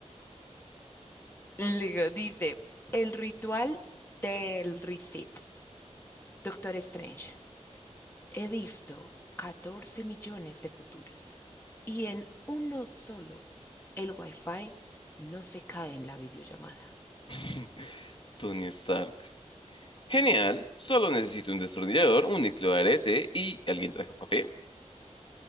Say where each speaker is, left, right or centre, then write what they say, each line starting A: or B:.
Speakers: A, on the left (about 15°); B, on the left (about 45°).
A: Luego dice, el ritual del reset, Doctor Strange. He visto 14 millones de futuros y en uno solo el Wi-Fi no se cae en la videollamada.
B: <laughs> Tony Stark. Genial, solo necesito un destornillador, un núcleo ARS y alguien trajo café.